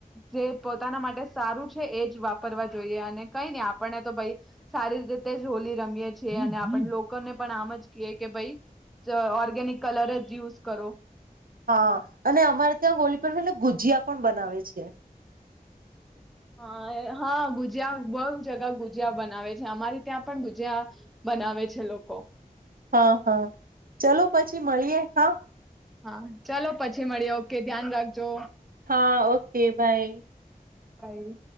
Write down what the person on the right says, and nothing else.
હા, અને અમારે ત્યાં હોળ પર એટલે ગુજીયા પણ બનાવે છે.
હા હા ચલો પછી મળીયે હા.
હા ઓકે બાય.